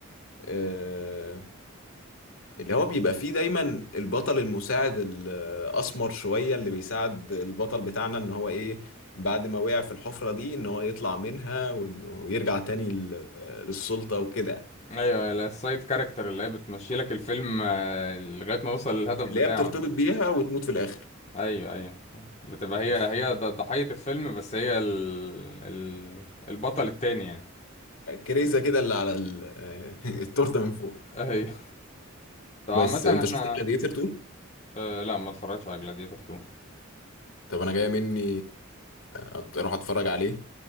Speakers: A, on the left; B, on the left.
A: آه، اللي هو بيبقى فيه دايما البطل المساعد الأسمر شوية اللي بيساعد البطل بتاعنا إن هو إيه بعد ما وقع في الحفرة دي إن هو يطلع منها وإنه يرجع تاني لل- للسلطة وكده
B: ايوه السايد كاركتر اللي هي بتمشي لك الفيلم آه، لغايه ما يوصل للهدف
A: اللي
B: بتاعه
A: هي بترتبط
B: ده.
A: بيها وتموت في الآخر
B: ايوه ايوه بتبقى هي
A: بس
B: هي
A: يعني
B: ض- ضحيه الفيلم بس هي ال... ال... البطل التاني يعني
A: كريزة كده اللي على ال- <laughs> التورتة من فوق
B: ايوه طب
A: بس
B: عامه احنا
A: أنت شفت جلاديتر 2؟
B: آه لا ما اتفرجتش على جلاديتر 2
A: طب أنا جاية مني أت- أروح أتفرج عليه